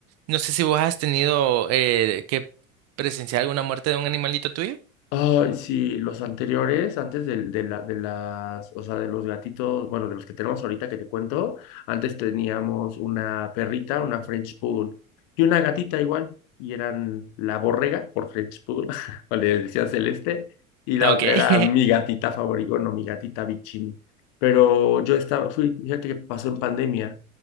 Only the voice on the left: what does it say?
Ay, sí, los anteriores, antes del- de, la, de las, o sea, de los gatitos, bueno, de los que tenemos ahorita que te cuento, antes teníamos una perrita, una French Poodle y una gatita igual, y eran la borrega por French Poodle, <laughs> o le decía Celeste, y la
otra
era mi gatita favorita, bueno, mi gatita Vicini. Pero yo estaba, fui, fíjate que pasó en pandemia,